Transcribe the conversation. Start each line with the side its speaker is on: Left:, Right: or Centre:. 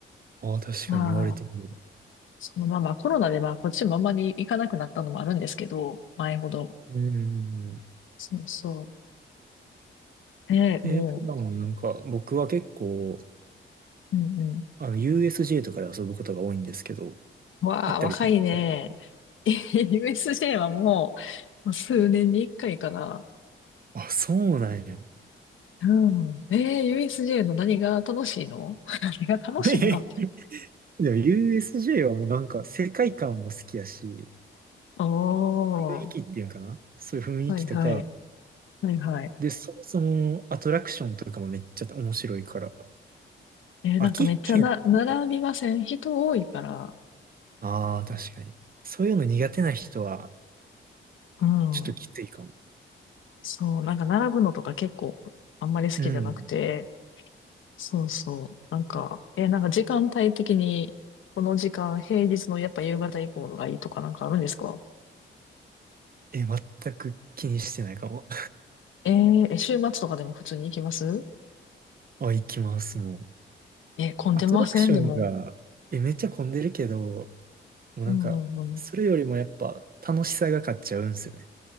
Right: ああ、確かに言われてみれば。
Left: はいそのまあまあコロナでまあこっちもあんまり行かなくなったのもあるんですけど、前ほど。
Right: うん
Left: そうそう。ねえ、
Right: えー、
Left: も
Right: 普段はなんか、僕は結構、
Left: う、うんう
Right: あの、USJ とかで遊ぶことが多いんですけど、
Left: ん。わあ、
Right: 行ったりしてたか
Left: 若いね。<laughs> USJ はもう、もう数年に一回かな。
Right: らあ、そうなんや。
Left: うん。えー、USJ の何が楽しいの <laughs> 何が楽しいのって
Right: <laughs> で、でも USJ はもうなんか、世界観も好きやし、
Left: <laughs> お
Right: 雰囲気っていうんかな。
Left: ー。
Right: そういう雰囲気とか、
Left: はいはい。はいはい。
Right: で、そもそもアトラクションとかもめっちゃ面白いから、
Left: えー、
Right: 飽きへん。
Left: なんかめっちゃな、並びません人多いから。
Right: ああ、確かに。そういうの苦手な人は、
Left: うん。
Right: ちょっときついかも。
Left: そう、なんか並ぶのとか結構あんまり好きじゃなくて。
Right: うん。
Left: そうそう。なんか、え、なんか時間帯的に、この時間、平日のやっぱ夕方以降がいいとかなんかあるんですか
Right: え、全く気にしてないかも。
Left: えーえ、週末とかでも普通に行きます
Right: <laughs> あ、行きます、もう。
Left: え、混んでませんでも。
Right: アトラクションが、え、めっちゃ混んでるけど、もうなんか、
Left: うんうん
Right: それよりもやっぱ楽しさが勝っちゃうんですよね。